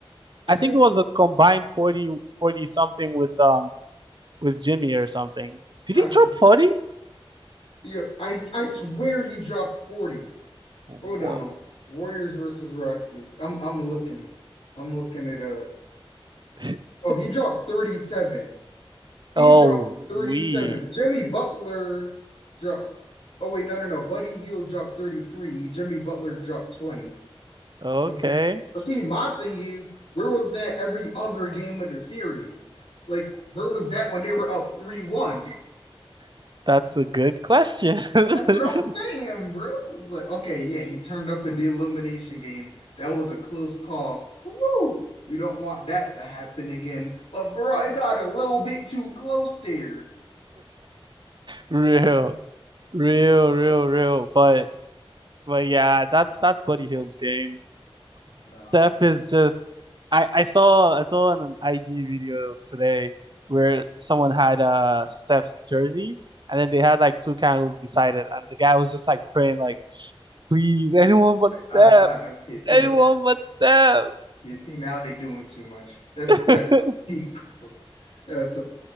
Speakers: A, on the left; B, on the right.
A: I
B: I
A: think
B: think it was
A: it was
B: a combined forty, forty something with um with Jimmy or something. Did
A: not
B: he drop
A: because
B: 40?
A: yeah, I I swear he dropped 40.
B: Whoa.
A: Hold on. Warriors versus Rockets. I'm I'm looking. I'm looking it up.
B: <laughs>
A: Oh, he dropped 37. He
B: Oh,
A: dropped 37.
B: we.
A: Jimmy Butler dropped. Oh wait, no, no, no. Buddy Hield dropped 33. Jimmy Butler dropped 20.
B: Okay.
A: Okay. But see, my thing is, where was that every other game of the series? Like, where was that when they were up 3-1?
B: <laughs> That's a good question. <laughs>
A: That's what I'm saying, bro. It's like, okay, yeah, he turned up in the elimination game. That was a close call. Woo! We don't want that to happen again. But bro, I got a little bit too close there.
B: Real. Real,
A: Like,
B: real, real. But but yeah, that's that's Buddy Hield's game.
A: no,
B: Steph
A: bro.
B: is just I I saw I saw an IG video today where someone had uh Steph's jersey and then they had like two candles beside it and the guy was just like praying like please anyone but Steph
A: I, I, okay, see,
B: anyone
A: you know that's
B: but Steph
A: you see now they doing too much. That's
B: <laughs>
A: that's deep, bro. That's a,